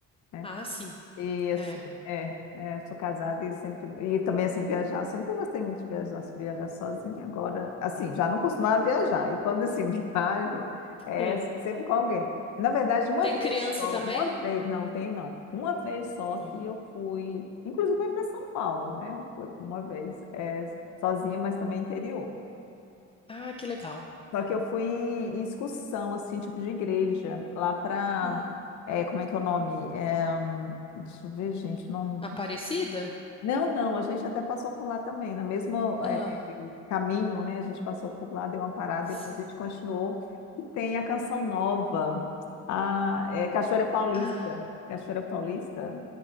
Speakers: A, on the left (about 70°); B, on the left (about 20°).
A: né?
B: Ah, sim.
A: E assim,
B: É.
A: é, é, sou casada e sempre. E também, assim, viajar, assim, nunca gostei muito de viajar, assim, viajar sozinha. Agora, assim, já não costumava viajar. E quando, assim, <laughs> viajo, é,
B: Sim.
A: assim, sempre com alguém. Na verdade, uma
B: Tem
A: vez
B: criança
A: só,
B: também?
A: uma vez, não, tem não. Uma vez só
B: Uhum.
A: que eu fui, inclusive foi para São Paulo, né? Eu fui uma vez, é, sozinha, mas também interior.
B: Ah, que legal.
A: Só que eu fui em excursão, assim, tipo de igreja, lá pra.
B: Uhum.
A: é, como é que é o nome? É, hum, deixa eu ver, gente, o nome.
B: Aparecida?
A: Não, não, a gente até passou por lá também, no mesmo
B: Ah,
A: eh, caminho, né? A gente passou por lá, deu uma parada,
B: sim.
A: depois a gente continuou. E tem a Canção Nova, a eh, Cachoeira Paulista.
B: Ah,
A: Cachoeira Paulista